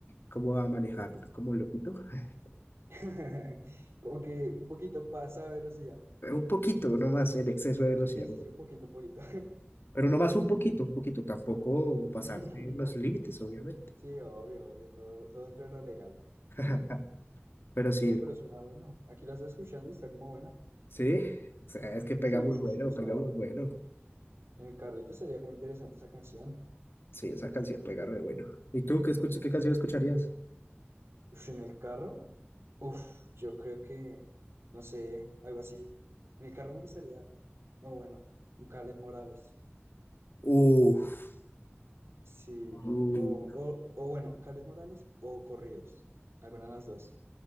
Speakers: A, on the left; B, on the right.
A: como a manejar como loquito. <laughs>
B: <laughs> Como que un poquito pasa a velocidad.
A: Un poquito, no más en exceso de velocidad.
B: Sí, sí, sí, un poquito, un poquito.
A: Pero no más un poquito, un poquito, tampoco pasarse
B: <laughs>
A: los límites, obviamente.
B: Sí, obvio, obvio, todo, todo dentro de lo legal.
A: <laughs>
B: <clears throat>
A: Pero sí,
B: Ve, pero suena bueno. Aquí la estoy escuchando y está como buena.
A: sí, o sea, es que pega
B: Sí,
A: muy
B: sí,
A: bueno,
B: sí, está.
A: pega muy bueno.
B: En el carrito sería como interesante esa canción.
A: Sí, esa canción pega re bueno. ¿Y tú qué escuchas, qué canción escucharías?
B: Uf, en el carro, uf, yo creo que, no sé, algo así. En el carro me gustaría, o bueno, un Kaleth Morales.
A: Uf,
B: Sí,
A: uh,
B: o, o, o bueno, Kaleth Morales o Corridos. Alguna de las dos.